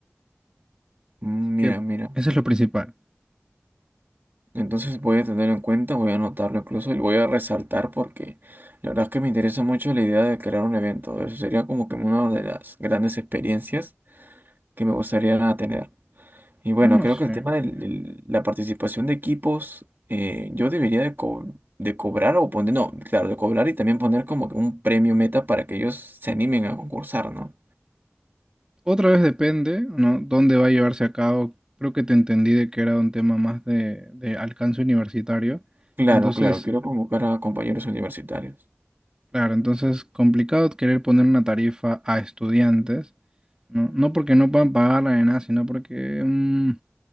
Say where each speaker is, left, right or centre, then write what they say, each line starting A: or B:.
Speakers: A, on the right; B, on the right.
A: Mm,
B: Así que
A: Mira, mira.
B: eso es lo principal.
A: Entonces voy a tenerlo en cuenta, voy a anotarlo incluso y lo voy a resaltar porque la verdad es que me interesa mucho la idea de crear un evento. Eso sería como que una de las grandes experiencias que me gustaría tener. Y bueno,
B: No, no
A: creo
B: sé.
A: que el tema de la participación de equipos, eh, yo debería de, co- de cobrar o poner, no, claro, de cobrar y también poner como que un premio meta para que ellos se animen a concursar, ¿no?
B: Otra vez depende, ¿no? Dónde va a llevarse a cabo. Creo que te entendí de que era un tema más de, de alcance universitario.
A: Claro,
B: Entonces,
A: claro, quiero convocar a compañeros universitarios.
B: claro, entonces complicado querer poner una tarifa a estudiantes, ¿no? No porque no puedan pagarla ni nada, sino porque mm,